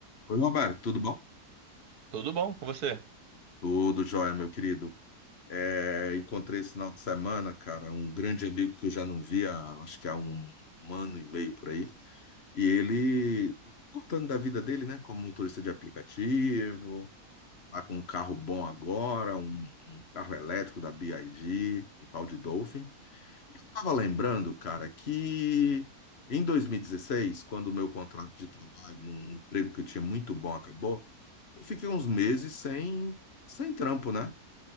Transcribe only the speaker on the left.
Oi, Roberto, tudo bom?
Tudo jóia, meu querido. É, encontrei esse final de semana, cara, um grande amigo que eu já não via, acho que há um, um ano e meio por aí. E ele, contando da vida dele, né, como motorista de aplicativo, tá com um carro bom agora, um, um carro elétrico da BYD, um tal de Dolphin. E eu tava lembrando, cara, que em 2016, quando o meu contrato de trabalho, num emprego que eu tinha muito bom, acabou. Eu fiquei uns meses sem, sem trampo, né?